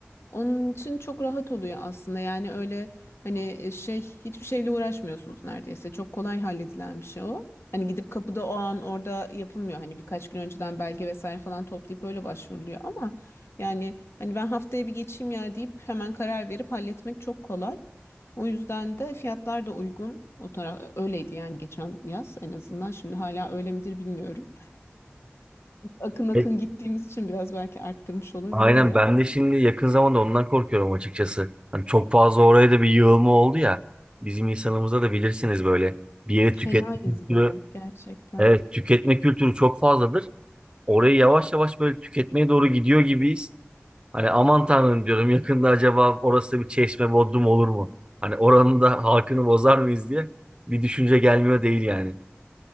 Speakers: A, on the left; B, on the right.
A: Onun için çok rahat oluyor aslında. Yani öyle hani e, şey hiçbir şeyle uğraşmıyorsunuz neredeyse. Çok kolay halledilen bir şey o. Hani gidip kapıda o an orada yapılmıyor. Hani birkaç gün önceden belge vesaire falan toplayıp öyle başvuruluyor ama yani hani ben haftaya bir geçeyim ya deyip hemen karar verip halletmek çok kolay. O yüzden de fiyatlar da uygun. O taraf öyleydi yani geçen yaz en azından. Şimdi hala öyle midir bilmiyorum. Akın akın
B: E,
A: gittiğimiz için biraz belki arttırmış olabilirler
B: aynen
A: ama
B: ben de şimdi yakın zamanda ondan korkuyorum açıkçası. Hani çok fazla oraya da bir yığılma oldu ya. Bizim insanımızda da bilirsiniz böyle bir yeri
A: fenayız
B: tüketme kültürü.
A: ya gerçekten.
B: Evet tüketme kültürü çok fazladır. Orayı yavaş yavaş böyle tüketmeye doğru gidiyor gibiyiz. Hani aman tanrım diyorum yakında acaba orası bir çeşme bodrum olur mu? Hani oranın da halkını bozar mıyız diye bir düşünce gelmiyor değil yani.